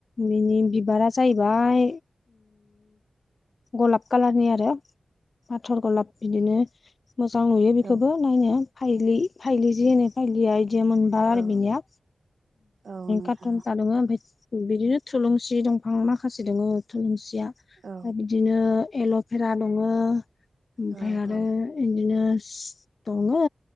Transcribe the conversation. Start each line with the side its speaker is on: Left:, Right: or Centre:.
Left: बिनि बिबारा जाहैबाय गलाब कालारनि आरो फाथर गलाप बिदिनो मोजां नुयो बेखौबो।
Right: औ
Left: नायनो फाइलि जि होनो फायलिया बिदिया मोनो बार
Right: औ
Left: आरो बेनिया
Right: औ नोंथां
Left: कासानदा दङ बिदिनो थुलुंसि दंफां माखासे दङो थुलुंसिया
Right: औ
Left: आरो बिदिनो एल'भेरा दङ ओमफ्राय
Right: औ
Left: आरो
Right: औ
Left: बिदिनो दङो